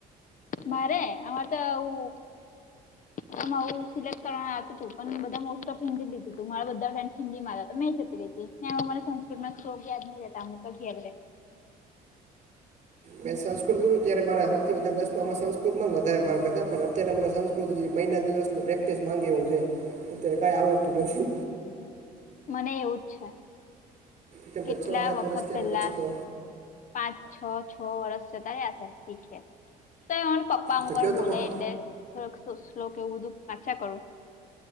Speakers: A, on the left (about 50°); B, on the right (about 45°).
A: મારે આમાંરે તો આઉ હું મારું સિલેક્ટ કરવાનાતું હતું પણ બધા મોસ્ટ ઓફ હિન્દી લીધું તું મારા બધા ફ્રેડ્ હિન્દીમાં હતા તો મેં જતી રતી ને અમારે સંસ્કૃતમાં યાદ નહીં રહેતા અમુ તો યાદ રહે.
B: મેં સંસ્કૃતું ત્યારે મારા સૌથી વધારે દસમાંમાં સંસ્કૃતમાં જ વધારે માર્ક્સ હતા પણ અત્યારે મને સંસ્કૃત મહિના દિવસ ને પ્રેક્ટિસ માંગે એવું છે અત્યારે કઈ આવડતું નથી.
A: મને એવુંજ છે
B: કેમ
A: કેટલા
B: કે છ સાત
A: વખત
B: વર્ષ ત્યારે
A: પેલા
B: પછી તો
A: પાંચ છ છ વર્ષ <unintelligible> શીખે તો એ પપ્પા હુંર
B: તો કયો
A: બોલે
B: તમારો
A: એટલે થોડક શ્લો શ્લોક કે આવું બધું વાંચ્યા કરું.